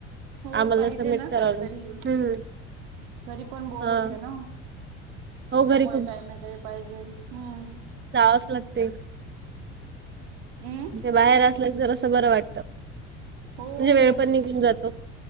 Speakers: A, on the right; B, on the right.
A: हो
B: आम्हाला
A: पाहिजे
B: सबमिट
A: ना
B: करावं
A: काहीतरी,
B: लागतं. हम्म.
A: घरी पण बोर
B: हा
A: होते ना.
B: हो घरी
A: त्यामुळे काही ना काही पाहिजे. हम्म.
B: जावाच लागते.
A: हम्
B: म्हणजे बाहेर असल् की जरासं बरं वाटत.
A: हो
B: म्हणजे वेळ
A: ना
B: पण निघून जातो.